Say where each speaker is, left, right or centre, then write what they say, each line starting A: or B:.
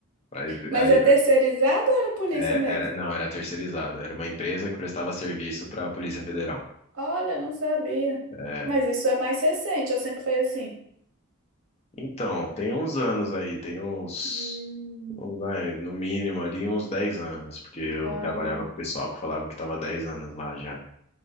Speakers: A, on the left; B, on the right.
A: Mas
B: Mas
A: aí,
B: é terceirizado ou era polícia
A: é,
B: mesmo?
A: era, não, era terceirizado, era uma empresa que prestava serviço para a Polícia Federal.
B: Olha, eu não sabia.
A: É,
B: Mas isso é mais recente, eu sempre fui assim.
A: então, tem uns anos aí, tem uns
B: Hum,
A: Bom, Vai, no mínimo ali uns 10 anos, porque eu
B: ah,
A: trabalhava com o pessoal que falava que estava 10 anos lá já.